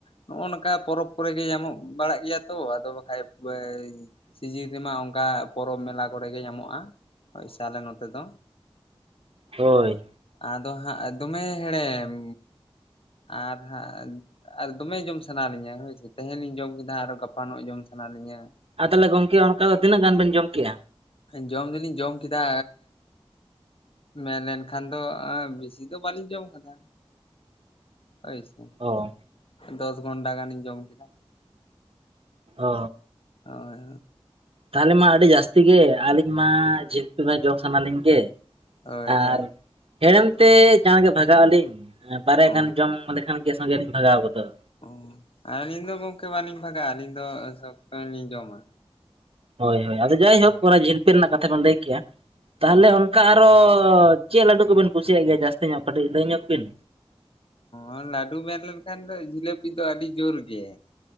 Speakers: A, on the left; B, on the right.
A: ᱱᱚᱜᱼᱚ ᱱᱚᱝᱠᱟ ᱯᱚᱨᱚᱵᱽ ᱠᱚᱨᱮ ᱜᱮ ᱧᱟᱢᱚᱜ ᱵᱟᱲᱟᱜ ᱜᱮᱭᱟ ᱛᱚ ᱟᱫᱚ ᱵᱟᱠᱷᱟᱡ ᱮ ᱥᱤᱡᱤᱱ ᱨᱮᱢᱟ ᱚᱱᱠᱟ ᱯᱚᱨᱚᱵᱽ ᱢᱮᱞᱟ ᱠᱚᱨᱮ ᱜᱮ ᱧᱟᱢᱚᱜᱼᱟ ᱦᱳᱭ ᱥᱮ ᱟᱞᱮ ᱱᱚᱛᱮ ᱫᱚ
B: ᱦᱳᱭ
A: ᱟᱫᱚ ᱦᱟᱸᱜ ᱫᱚᱢᱮ ᱦᱮᱲᱮᱢ ᱟᱨ ᱦᱟᱸᱜ ᱟᱨ ᱫᱚᱢᱮ ᱡᱚᱢ ᱥᱟᱱᱟ ᱞᱤᱧᱟ ᱦᱳᱭᱥᱮ ᱛᱮᱦᱮᱧ ᱞᱤᱧ ᱡᱚᱢ ᱠᱮᱫᱟ ᱟᱨᱦᱚ ᱜᱟᱯᱟ ᱱᱚᱜ ᱡᱚᱢ ᱥᱟᱱᱟ ᱞᱤᱧᱟ
B: ᱟᱨ ᱛᱟᱦᱚᱞᱮ ᱜᱚᱢᱠᱮ ᱚᱱᱠᱟ ᱛᱤᱱᱟᱹᱜ ᱜᱟᱱ ᱵᱮᱱ ᱡᱚᱢ ᱠᱮᱜᱼᱟ?
A: ᱡᱚᱢ ᱫᱚᱞᱤᱧ ᱡᱚᱢ ᱠᱮᱫᱟ ᱢᱮᱱ ᱞᱮᱱᱠᱷᱟᱱ ᱫᱚ ᱵᱤᱥᱤ ᱫᱚ ᱵᱟᱹᱞᱤᱧ ᱡᱚᱢ ᱠᱟᱫᱟ ᱦᱳᱭ ᱥᱮ
B: ᱚ
A: ᱫᱚᱥ ᱜᱚᱱᱰᱟ ᱜᱟᱱᱤᱧ ᱡᱚᱢ ᱠᱮᱫᱟ
B: ᱚ
A: ᱦᱳᱭ
B: ᱛᱟᱦᱚᱞᱮ ᱢᱟ ᱟᱹᱰᱤ ᱡᱟᱹᱥᱛᱤ ᱜᱮ ᱟᱹᱞᱤᱧ ᱢᱟ ᱩᱛᱩ ᱡᱚᱢ ᱥᱟᱱᱟ ᱞᱤᱧ ᱜᱮ
A: ᱦᱳᱭ
B: ᱟᱨ
A: ᱦᱳᱭ
B: ᱦᱮᱲᱮᱢ ᱛᱮ ᱡᱟᱦᱟᱸ ᱜᱮ ᱵᱷᱟᱜᱟᱜ ᱟᱹᱞᱤᱧ ᱦᱮᱸ ᱵᱟᱨᱭᱟ
A: ᱚ
B: ᱜᱟᱱ ᱡᱚᱢ ᱞᱮᱠᱷᱟᱱ ᱜᱮ ᱥᱚᱸᱜᱮ ᱞᱤᱧ ᱵᱷᱟᱜᱟᱣ ᱜᱚᱫᱚᱜᱼᱟ
A: ᱚ ᱟᱹᱞᱤᱧ ᱫᱚ ᱜᱚᱢᱠᱮ ᱵᱟᱞᱤᱧ ᱵᱷᱟᱜᱟᱜᱼᱟ ᱟᱹᱞᱤᱧ ᱫᱚ ᱥᱚᱠᱛᱚ ᱞᱤᱧ ᱡᱚᱢᱟ
B: ᱦᱳᱭ ᱦᱳᱭ ᱟᱫᱚ ᱡᱟᱭᱦᱳᱠ ᱚᱱᱟ ᱡᱤᱞᱯᱤᱞ ᱨᱮᱱᱟᱜ ᱠᱟᱛᱷᱟ ᱵᱚᱱ ᱞᱟᱹᱭ ᱠᱮᱜᱼᱟ ᱛᱟᱦᱚᱞᱮ
A: ᱦᱳᱭ
B: ᱚᱱ ᱚᱱᱠᱟ ᱟᱨᱚ ᱪᱮᱫ ᱞᱟᱹᱰᱩ ᱠᱚᱵᱤᱱ ᱠᱩᱥᱤᱭᱟᱜ ᱜᱮᱭᱟ ᱡᱟᱹᱥᱛᱤ ᱧᱚᱜ ᱠᱟᱹᱴᱤᱡ ᱞᱟᱹᱭ ᱧᱚᱜ ᱵᱤᱱ
A: ᱚ ᱞᱟᱹᱰᱩ ᱢᱮᱱ ᱞᱮᱱᱠᱷᱟᱱ ᱫᱚ ᱡᱷᱤᱞᱟᱹᱯᱤ ᱫᱚ ᱟᱹᱰᱤ ᱡᱩᱨ ᱜᱮ